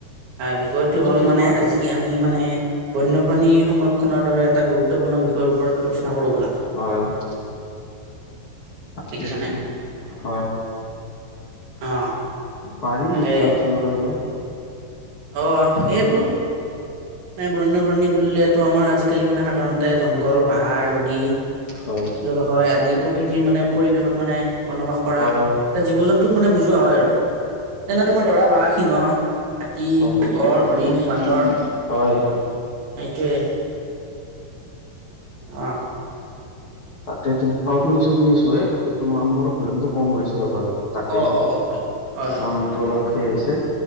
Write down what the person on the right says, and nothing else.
বিষয়টো হ'ল
মানে
আজি যি আমি মানে বন্যপ্ৰাণী সংৰক্ষনৰ দৰে এটা গুৰুত্বপূৰ্ণ বিষয়ৰ ওপৰত আলোচনা কৰো ব'লা।
দেখিছানে
অ।
তাকে
অ সেইটো বন্যপ্ৰাণী বুলিলেটো আমাৰ আজিকালি মানে সাধাৰণতে জংগল পাহাৰ নদী
জলশয় আদি প্ৰকৃতিৰ মানে পৰিৱেশত মানে বনবাস কৰা
জীৱ-জন্তুক মানে বুজোৱা হয় আৰু যেনে তোমাৰ ধৰা বাঘ, সিংহ। হাতী,
গড়,
হৰিণ,
বান্দৰ সেইটোৱেই।
আহ।
অ অ হয় হয়
হয়